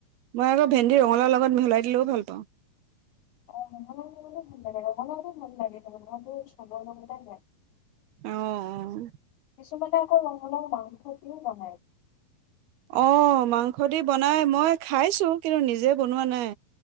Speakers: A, on the right; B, on the left.
A: মই আকৌ ভেন্দি ৰঙালাও লগত মিহলাই দিলেও ভাল পাওঁ।
B: অঁ ৰঙালাও <unintelligible> ভাল লাগে <unintelligible> মনবোৰ চবৰে লগতে যায়।
A: অ', অ।
B: কিছুমানে আকৌ ৰঙালওঁ মাংসত দিও বনাই।
A: অ', মাংস দি বনাই মই খাইছো। কিন্তু নিজে বনোৱা নাই।